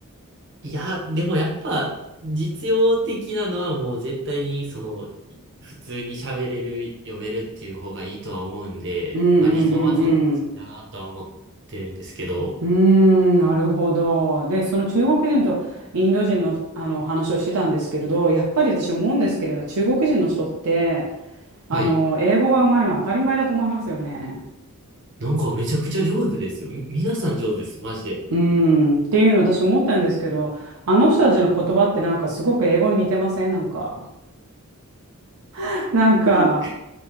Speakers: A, on the right (about 55°); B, on the right (about 80°).
A: いや、でもやっぱ実用的なのはもう絶対にそのい普通に喋れる、読めるっていう方がいいとは思うんで、
B: うんうんうんうん。
A: まあ理想はそっちだなとは思ってるんですけど、
B: うーん、なるほど。で、その中国人とインド人の、あの話をしてたんですけれど、やっぱり私思うんですけれど、中国人の人って、あの、
A: はい。
B: 英語が上手いのは当たり前だと思いますよね。
A: なんかめちゃくちゃ上手ですよ。み皆さん上手です。マジで。
B: うーん、っていうの私思ったんですけど、あの人たちの言葉ってなんかすごく英語に似てませんなんか。<laughs> なんか、
A: そうです。